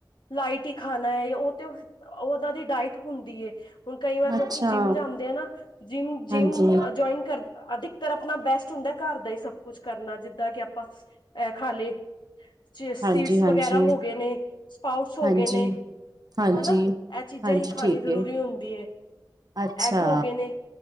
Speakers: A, on the left; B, on the right.
A: ਲਾਈਟ ਹੀ ਖਾਣਾ ਹੈ ਉਹ ਤੇ ਉਹਨਾਂ ਦੀ ਡਾਇਟ ਹੁੰਦੀ ਹੈ ਹੁਣ ਕਈ ਵਾਰ ਲੋਕੀ
B: ਅੱਛਾ,
A: ਜਿੰਮ ਜਾਂਦੇ ਆ ਨਾ ਜਿੰਮ ਜਿੰਮ
B: ਹਾਂਜੀ,
A: ਜੁਆਇਨ ਕਰ ਅਧਿਕਤਰ ਆਪਣਾ ਬੈਸਟ ਹੁੰਦਾ ਘਰ ਦਾ ਹੀ ਸਭ ਕੁਛ ਕਰਨਾ, ਜਿੱਦਾਂ ਕਿ ਆਪਾਂ ਅ ਖਾਲੀ ਸੀਟਸ
B: ਹਾਂਜੀ, ਹਾਂਜੀ,
A: ਵਗੈਰਾ ਹੋ ਗਏ ਨੇ, ਸਪਾਊਟਸ ਹੋ
B: ਹਾਂਜੀ,
A: ਗਏ ਨੇ
B: ਹਾਂਜੀ
A: ਹਨਾ ਇਹ ਚੀਜ਼ਾਂ
B: ਹਾਂਜੀ,
A: ਹੀ ਖਾਣੀ
B: ਠੀਕ
A: ਜ਼ਰੂਰੀ
B: ਏ,
A: ਹੁੰਦੀ ਏ,
B: ਅੱਛਾ,
A: ਐਗ ਹੋ ਗਏ ਨੇ,